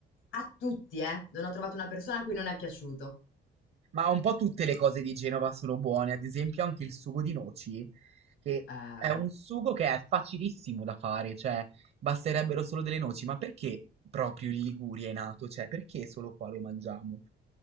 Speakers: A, on the left; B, on the right.
A: A tutti, eh. Non ho trovato una persona a cui non è piaciuto.
B: Ma un po' tutte le cose di Genova sono buone, ad esempio anche il sugo di noci, che
A: Eh,
B: è un sugo che è facilissimo da fare, cioè basterebbero solo delle noci, ma perché proprio in Liguria è nato? Cioè perché solo qua lo mangiamo?